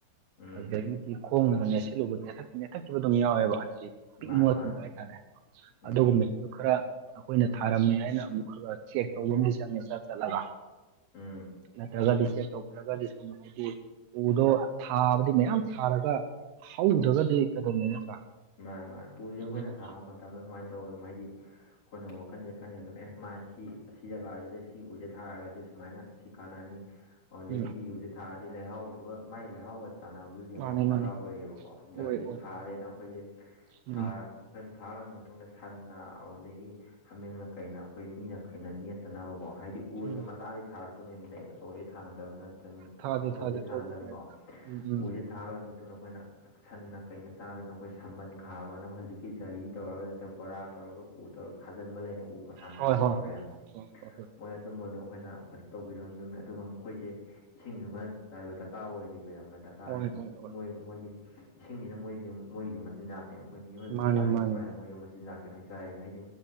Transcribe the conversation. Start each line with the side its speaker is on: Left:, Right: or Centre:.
Left: ꯎꯝ
Right: ꯑꯗꯨꯗꯒꯤꯗꯤ ꯈꯣꯡꯅꯕꯅꯦꯁꯦ ꯠꯂꯨꯕꯊꯊꯠꯈꯤꯕ ꯑꯗꯨꯝ ꯌꯥꯎꯋꯦꯕ ꯍꯥꯏꯗꯤ
Left: ꯃꯥ
Right: ꯄꯤꯛꯏꯕ
Left: ꯃꯥ
Right: ꯃꯇꯝꯗ ꯍꯥꯏꯇꯥꯔꯦ
Left: ꯎꯝ
Right: ꯑꯗꯨꯒꯨꯝꯕꯁꯤꯁꯨ ꯈꯔ ꯑꯩꯈꯣꯏꯅ ꯊꯥꯔꯝꯃꯦ ꯍꯥꯏꯅ ꯑꯃꯨꯛ ꯈ ꯈ ꯆꯦꯛ ꯇꯧꯕꯁꯨ ꯃꯤꯁ ꯆꯂꯒ
Left: ꯎꯝ
Right: ꯅꯠꯇ꯭ꯔꯖꯗꯤꯇꯦ ꯇꯧꯈ꯭ꯔꯒꯗꯤ ꯁꯨꯝ ꯍꯥꯏꯗꯤ ꯎꯗꯣ ꯊꯥꯕꯗꯤ ꯃꯌꯥꯝ ꯊꯥꯔꯒ ꯍꯧꯗ꯭ꯔꯒꯗꯤ ꯀꯩꯗꯧꯅꯤ ꯅꯠꯇ꯭ꯔꯥ
Left: ꯃꯥꯅꯦ ꯃꯥ ꯎꯁꯦ ꯑꯩꯈꯣꯏꯅ
Right: ꯑꯗꯨꯅ
Left: ꯊꯥꯕ ꯃꯇꯝꯗ ꯁꯨꯃꯥꯏꯅ ꯇꯧꯧꯕ ꯑꯗꯨꯝ ꯍꯥꯏꯗꯤ ꯑꯩꯈꯣꯏꯅ ꯋꯥꯈꯜꯁꯦ ꯈꯟꯒꯦꯗ ꯑꯦ ꯃꯥ ꯁꯤ ꯑꯁꯤ ꯖꯒꯥꯁꯤꯗ ꯁꯤ ꯎꯖꯦ ꯊꯥꯔꯒꯗꯤ ꯁꯨꯃꯥꯏꯅ ꯁꯤ ꯀꯥꯟꯅꯅꯤ ꯑꯗꯨꯗꯩ
Right: ꯎꯝ
Left: ꯁꯤꯕꯨꯁꯦ ꯊꯥꯛꯑꯗꯤ ꯂꯩꯍꯥꯎꯗꯨꯒ ꯃꯥꯏ ꯂꯩꯍꯥꯎꯒ ꯆꯥꯟꯅꯕ ꯑꯗꯨ ꯌꯦꯡꯕ
Right: ꯃꯥꯅꯦ
Left: ꯑꯃ ꯗꯔꯀꯥꯔ
Right: ꯃꯥꯅꯦ
Left: ꯑꯣꯏꯌꯦꯕꯀꯣ ꯑꯗꯨꯗ
Right: ꯑꯣꯏ
Left: ꯑꯗꯨꯗꯤ
Right: ꯑꯣꯏ
Left: ꯊꯥꯔꯦꯅ
Right: ꯑꯣꯏ
Left: ꯑꯩꯈꯣꯏꯁꯦꯥ
Right: ꯎꯝ
Left: ꯑꯩꯈꯣꯏꯅ ꯊꯥꯔꯕ ꯃꯇꯨꯡꯗ ꯁꯟꯅ ꯑꯗꯨꯗꯒꯤ ꯍꯥꯃꯦꯡꯅ ꯀꯩꯅ ꯑꯩꯈꯣꯏ ꯃꯤꯅ ꯈꯩꯅ ꯅꯦꯠꯇꯅꯕꯀꯣ ꯍꯥꯏꯗꯤ ꯎꯁꯦ
Right: ꯎꯝ
Left: ꯃꯆꯥꯗꯤ ꯊꯥꯔꯛꯇꯕꯅꯤꯅ ꯑꯩ ꯑꯆꯧꯕꯗꯩ ꯊꯥꯅꯗꯕꯅ
Right: ꯊꯥꯖꯦ
Left: ꯑꯆꯧꯕꯩ
Right: ꯊꯥꯖꯦ ꯑꯆꯧꯕ
Left: ꯊꯥꯅꯗꯕꯅꯤꯀꯣ
Right: ꯁꯨꯃꯥꯏꯅ ꯎꯝ
Left: ꯎꯁ
Right: ꯎꯝ
Left: ꯊꯥꯔꯣꯏꯔꯕ ꯃꯇꯨꯡꯗ ꯑꯩꯈꯣꯏꯅ ꯁꯟꯅ ꯀꯩꯅ ꯆꯥꯗꯅ ꯑꯩꯈꯣꯏ ꯁꯝꯕꯟ ꯈꯥꯕꯅ ꯍꯧꯖꯤꯛꯀꯤ ꯖꯔꯤ ꯇꯧꯔꯒ ꯅꯠꯇ꯭ꯔꯒ ꯕꯣꯔꯥ ꯇꯧꯔꯒ ꯎ ꯇꯧꯔꯒ ꯈꯥꯖꯤꯟꯕ ꯂꯩꯅ ꯎ ꯃꯁꯥ ꯃꯁꯥ
Right: ꯍꯣꯏ
Left: ꯇꯧꯔꯒ
Right: ꯍꯣꯏ ꯍꯣꯏ
Left: ꯌꯥꯝꯕ
Right: ꯍꯣꯏ ꯍꯣꯏ
Left: ꯃꯣꯏ ꯑꯗꯨꯝꯕꯗꯣ ꯑꯩꯈꯣꯏꯅ ꯐꯖꯅ ꯇꯧꯕꯤꯔꯣꯗꯨꯝꯃꯦ ꯑꯗꯨꯒ ꯃꯈꯣꯏꯁꯦ ꯏꯁꯤꯡꯁꯨ ꯈꯔꯥꯏꯕ ꯗꯔꯀꯥꯔ ꯑꯣꯏꯔꯤꯕ ꯌꯥꯝꯕꯀꯥ ꯀ ꯍꯥꯏꯗꯤ
Right: ꯍꯣꯏ ꯍꯣꯏ ꯑꯣꯏ ꯑꯣꯏ ꯑꯣꯏ
Left: ꯃꯣꯏ ꯃꯣꯏꯒꯤ ꯏꯁꯤꯡꯁꯤꯅ ꯃꯣꯏꯁꯤ ꯃꯣꯏꯒꯤꯗꯨ ꯃꯆꯤꯟꯖꯥꯛꯅꯦꯕ ꯑꯩꯈꯣꯏ ꯃꯤꯑꯣꯏꯕꯗ
Right: ꯃꯥꯅꯤ
Left: ꯆꯥꯔꯤ
Right: ꯃꯥꯅꯤ
Left: ꯁꯨꯃꯥꯏꯅ ꯃꯣꯏꯁꯨ ꯃꯆꯤꯟꯖꯥꯛꯁꯦ ꯂꯣꯏ ꯆꯥꯏꯔ ꯃꯍꯩꯗꯤ